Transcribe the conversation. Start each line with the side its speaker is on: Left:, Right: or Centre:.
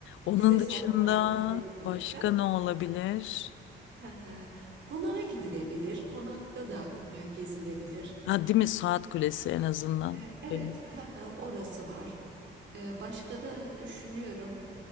Left: Onun
Right: Bize son
Left: dışında
Right: tarih belirlemişler.
Left: başka ne olabilir?
Right: <laughs> Konağa gidilebilir. Konakta da e, gezilebilir.
Left: Ha, değil mi Saat Kulesi en azından.
Right: E, Evet,
Left: Şey,
Right: <laughs> orası var. E, Başka da düşünüyorum.